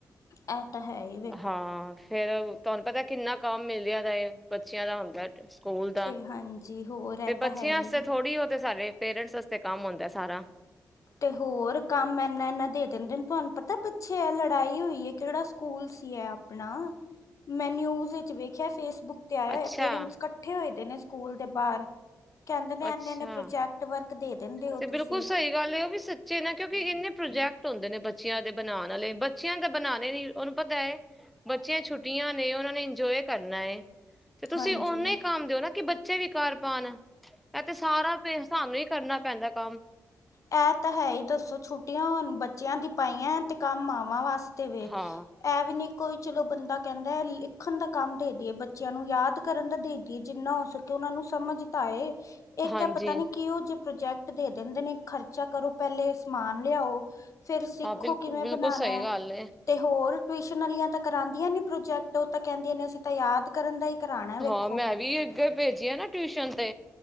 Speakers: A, on the left; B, in the centre.
A: ਇਹ ਤਾਂ ਹੈ ਇਹ
B: ਹਾਂ ਫੇਰ ਤੁਹਾਨੂੰ ਪਤਾ ਕਿੰਨਾ ਕੰਮ ਮਿਲਦਾ ਹੁੰਦਾ, ਇਹ ਬੱਚਿਆਂ ਦਾ ਹੁੰਦਾ ਸਕੂਲ ਦਾ
A: ਤੇ ਹਾਂਜੀ ਹੋਰ ਇਹ
B: ਤੇ
A: ਤਾਂ
B: ਬੱਚਿਆਂ
A: ਹੈ ਹੀ
B: ਅਤੇ ਥੋੜ੍ਹੀ ਉਹ ਤੇ ਸਾਰੇ ਪੇਰੈਂਟਸ ਵਾਸਤੇ ਕੰਮ ਹੁੰਦਾ ਸਾਰਾ
A: ਤੇ ਹੋਰ ਕੰਮ ਇਨਾ- ਇਨਾ ਦੇ ਦਿੰਦੇ ਨੇ ਤੁਹਾਨੂੰ ਪਤਾ ਪਿੱਛੇ ਹੈ ਲੜਾਈ ਹੋਈ ਹੈ ਕਿਹੜਾ ਸਕੂਲ ਸੀ ਹੈ ਆਪਣਾ ਮੈਂ ਨਿਊਜ ਵਿੱਚ ਵੇਖਿਆ ਫੇਸਬੁੱਕ। ਤੇ ਆਇਆ
B: ਅੱਛਾ
A: ਹੋਆ, ਪੇਰੈਂਟਸ ਇਕੱਠੇ ਹੋਏਦੇ ਨੇ ਸਕੂਲ ਦੇ ਬਾਹਰ। ਕਹਿੰਦੇ ਨੇ
B: ਅੱਛਾ
A: ਇਨੇ -ਇਨੇ, ਪ੍ਰਾਜੈਕਟ ਵਰਕ ਦੇ ਦਿੰਦੇ ਹੋ
B: ਤੇ ਬਿਲਕੁਲ
A: ਤੁਸੀਂ।
B: ਸਹੀ ਗੱਲ ਉਹ ਵੀ ਸੱਚੇ ਨਾ, ਕਿਉਂਕਿ ਇੰਨੇ ਪ੍ਰੋਜੈਕਟ ਹੁੰਦੇ ਨੇ ਬੱਚਿਆਂ ਦੇ ਬਣਾਉਣ, ਵਾਲੇ ਬੱਚਿਆਂ ਤਾਂ ਬਣਾਉਣੇ ਨੀ ਉਹਨੂੰ ਪਤਾ ਹੈ, ਬੱਚਿਆਂ ਛੁੱਟੀਆਂ ਨੇ ਉਹਨਾਂ ਨੇ ਇੰਜੋਏ ਕਰਨਾ ਹੈ। ਤੇ ਤੁਸੀਂ
A: ਹਾਂਜੀ
B: ਓਨੇ ਹੀ ਕੰਮ ਦਿਓ ਨਾ, ਕਿ ਬੱਚੇ ਵੀ ਕਰ ਪਾਉਣ। ਇਹ ਤੇ ਸਾਰਾ, ਹਿਸਾਬ ਨਾਲ ਹੀ ਕਰਨਾ ਪੈਂਦਾ ਕੰਮ।
A: ਇਹ ਤਾਂ ਹੈ ਹੀ ਦੱਸੋ ਛੁੱਟੀਆਂ, ਹੁਣ ਬੱਚਿਆਂ ਦੀ ਪਾਈਆਂ ਤੇ ਕੰਮ ਮਾਵਾਂ ਵਾਸਤੇ। ਵ
B: ਹਾਂ
A: ਐ ਵੀ ਨਹੀਂ ਕੋਈ। ਚਲੋ ਬੰਦਾ ਕਹਿੰਦਾ ਹੈ, ਲਿਖਣ ਦਾ ਕੰਮ ਦੇ ਦੇਈਏ, ਬੱਚਿਆਂ ਨੂੰ ਯਾਦ ਕਰਨ ਦਾ ਦੇ ਦੀਈਏ ਜਿੰਨਾ ਹੋ। ਕਿ ਉਹਨਾਂ ਨੂੰ ਸਮਝ ਤਾਂ ਆਈ ਇੱਕ
B: ਹਾਂਜੀ
A: ਹੈ ਪਤਾ ਨੀ ਕਿ ਉਹ ਜੇ ਪ੍ਰੋਜੈਕਟ ਦੇ ਦਿੰਦੇ ਨੇ, ਖਰਚਾ ਕਰੋ ਪਹਿਲੇ ਸਮਾਨ ਲਿਆਓ। ਫਿਰ ਸਿੱਖੋ
B: ਹਾਂ ਬਿਲਕੁਲ
A: ਕਿਵੇਂ
B: ਬਿਲਕੁਲ
A: ਬਣਾਉਣਾ
B: ਸਹੀ ਗੱਲ
A: ਹੈ। ਤੇ ਹੋਰ ਟਿਊਸ਼ਨ ਵਾਲੀਆਂ ਤਾਂ ਕਰਾਉਦੀਆਂ ਨੀ, ਪ੍ਰੋਜੈਕਟ ਉਹ ਤਾਂ ਕਹਿੰਦੀਆਂ ਨੇ, ਅਸੀਂ ਤਾਂ ਯਾਦ ਕਰਨ ਦਾ ਹੀ ਕਰਾਉਣਾ। ਹੈ, ਵੇਖੋ
B: ਹਾਂ ਮੈਂ ਵੀ ਅੱਗੇ ਭੇਜੀਆਂ, ਨਾ ਟਿਊਸ਼ਨ ਤੇ